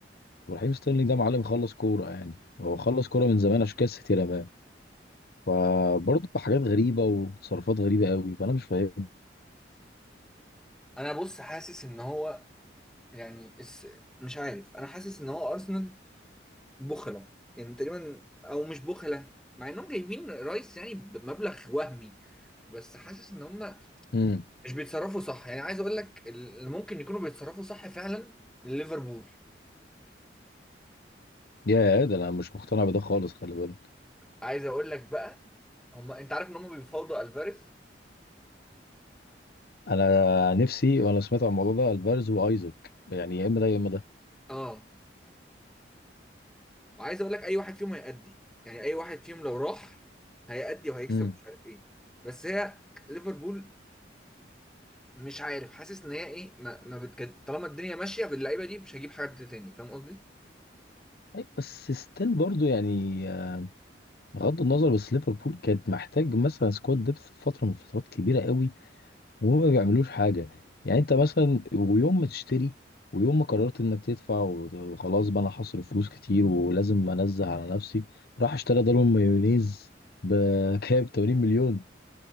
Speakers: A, on the left (about 55°); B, in the centre.
A: ورحيم ستيرلينج ده معلم خلص كورة يعني هو خلص كورة من زمان عشان كده السيتي رماه فبرضه حاجات غريبة وتصرفات غريبة قوي فأنا مش فاهمهم
B: انا بص حاسس ان هو يعني الس... مش عارف انا حاسس ان هو ارسنال بخله يعني تقريبا او مش بخله مع انهم جايبين رايس يعني بمبلغ وهمي بس حاسس ان هم
A: امم
B: مش بيتصرفوا صح يعني عايز اقول لك اللي ممكن يكونوا بيتصرفوا صح فعلا ليفربول
A: يا ده انا مش مقتنع بده خالص خلي بالك
B: عايز اقول لك بقى هم انت عارف ان هم بيفاوضوا الفاريز
A: انا نفسي وانا سمعت عن الموضوع ده الفارز وايزك يعني يا اما ده يا اما ده
B: اه وعايز اقول لك اي واحد فيهم هيأدي يعني اي واحد فيهم لو راح هيأدي وهيكسب
A: امم
B: ومش عارف ايه بس هي ليفربول مش عارف حاسس ان هي ايه ما, ما بتجد طالما الدنيا ماشيه باللعيبه دي مش هجيب حد تاني فاهم قصدي
A: أي بس ستيل برضو يعني آه، بغض النظر بس ليفربول كانت محتاج مثلا سكواد ديبث في فتره من فترات كبيره قوي وهم ما بيعملوش حاجه يعني انت مثلا ويوم ما تشتري ويوم ما قررت انك تدفع وت- وخلاص بقى انا هصرف فلوس كتير ولازم انزه على نفسي راح اشترى دارون مايونيز بكام 80 مليون